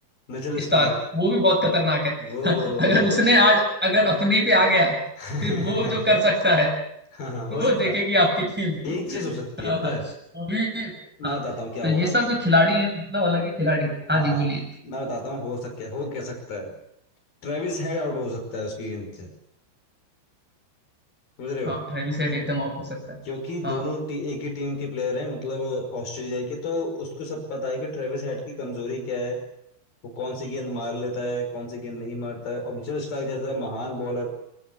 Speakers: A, on the left (about 45°); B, in the centre.
A: Mitchell
B: स्टार्क
A: Starc
B: वो भी बहुत खतरनाक है
A: वो
B: <laughs> अगर
A: भाई
B: उसने आज अगर अपनी पे आ गया
A: <laughs>
B: फिर वो जो कर सकता है
A: हाँ हाँ हो
B: वो
A: सकता
B: देखेगी
A: है
B: आपकी टीम भी
A: एक चीज हो
B: <laughs>
A: सकती है
B: हाँ
A: पता
B: हाँ,
A: है
B: वो भी
A: मैं
B: हाँ
A: बताता हूँ क्या
B: तो
A: होगा
B: ये सब जो खिलाड़ी हैं मतलब अलग ही खिलाड़ी हाँ
A: हाँ
B: जी बोलिए
A: मैं बताता हूँ हो सकता है हो क्या सकता है ट्रेविस हेड आउट हो सकता है उसकी गेंद से समझ रहे हो
B: हाँ ट्रेविस हेड एकदम आउट हो सकता है
A: क्योंकि
B: हाँ
A: दोनों टी, एक ही टीम के प्लेयर हैं मतलब ऑस्ट्रेलिया के तो उसको सब पता है कि ट्रेविस हेड की कमजोरी क्या है वो कौन सी गेंद मार लेता है कौन सी गेंद नहीं मारता है और मिचेल स्टार्क जैसा महान बॉलर